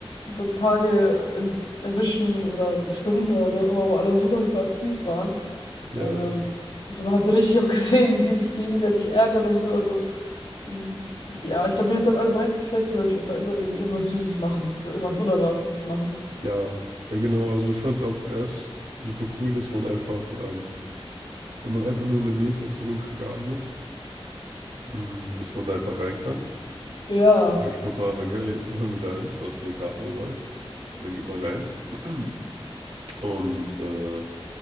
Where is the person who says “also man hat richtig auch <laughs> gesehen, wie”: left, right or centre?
Left